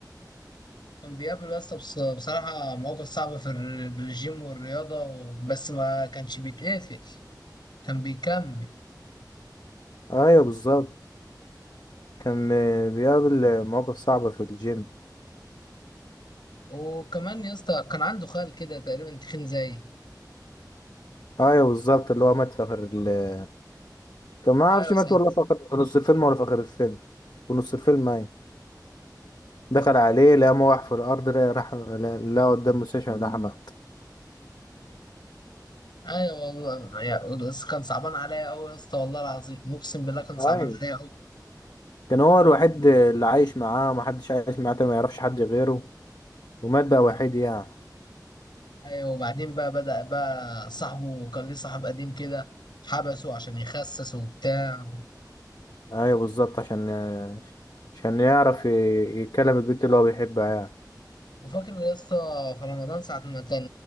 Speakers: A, on the left; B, on the left.
A: كان بيقابل يا اسطى بص- بصراحه مواقف صعبه في الر- الرجيم والرياضه بس ما كانش بيتقفل كان بيكمل
B: ايوه بالظبط كان آه، بيقابل مواقف صعبة في الجيم
A: وكمان يا اسطى كان عنده خال كده تقريبا تخين زيي
B: ايوه بالظبط اللي هو مات في اخر ال- كان ما اعرفش
A: ايوه
B: مات
A: صعب
B: ولا في آخر- في نص الفيلم ولا في اخر الفيلم في نص الفيلم ايوه دخل عليه لقى موح في الارض لقى راح لقى قدام مستشفى راح مات
A: ايوه والله يا- بس كان صعبان عليا قوي يا اسطى والله العظيم اقسم بالله كان صعبان
B: هاي
A: عليا قوي
B: كان هو الوحيد اللي عايش معاه ومحدش عايش معاه تاني ما يعرفش حد غيره ومات بقى وحيد يعني
A: ايوه وبعدين بقى بدأ بقى صاحبه كان ليه صاحب قديم كده حبسه عشان يخسس وبتاع
B: ايوه بالظبط عشان عشان يعرف ي- يتكلم البنت اللي هو بيحبها يعني
A: وفاكر يا اسطى في رمضان ساعة ما كان